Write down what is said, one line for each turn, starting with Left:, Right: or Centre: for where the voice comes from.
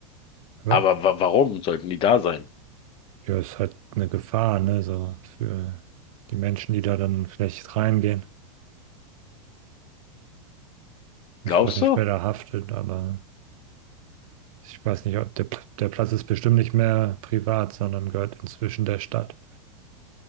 Right: Aber
Left: Aber wa warum sollten die da sein?
Right: ja, ist halt eine Gefahr, ne, so für die Menschen, die da dann vielleicht reingehen. Ich
Left: Glaubst
Right: weiß nicht,
Left: du?
Right: wer da haftet, aber ich weiß nicht, ob der, Pl- der Platz ist bestimmt nicht mehr privat, sondern gehört inzwischen der Stadt.